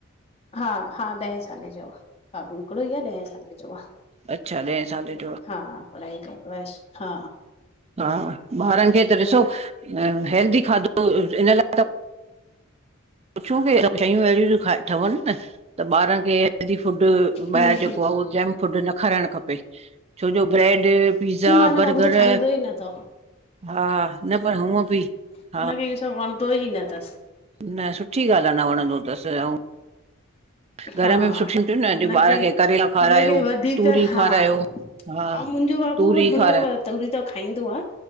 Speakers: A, on the left; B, on the right.
A: हा हा ॾहें साले जो आ बाबू हिकिड़ो ई आहे ॾहें साले जो आहे
B: अच्छा ॾह साल जो
A: हा पढ़ाई कंदो आहेसि हा
B: आ हा ॿारनि खे त ॾिसो
A: ॿियो
B: अ हैेल्दी खाधो हिन ला पुछूं की शयूं अहिड़ियूं थी खाएं ठवन न त ॿारनि खे हैेल्दी फुड ॿाहिरि
A: हम्म
B: जेको आहे उहो जैम फूड न खाराइणु खपे छोजो ब्रेड पिज़ा
A: न मुंहिंजो
B: बर्गर
A: बाबू त खाईंदो ई न अथव
B: हा न पर हुअ बि
A: हुनखें
B: हा
A: इहो सॿ वणंदो ई न थस
B: न सुठी ॻाल्ह आ न वणंदो तस ऐं
A: <inaudible>
B: घर
A: हा
B: में बि सुठियूं थियूं न
A: हुनखे
B: अॼु ॿार
A: हुनखे
B: खे करेला खारायो
A: वधीक
B: तूरी
A: हा
B: खारायो
A: ऐं
B: हा
A: मुंहिंजो बाबू
B: तूरी
A: बि हुन
B: खारायो
A: वध तूरी त खाईंदो आ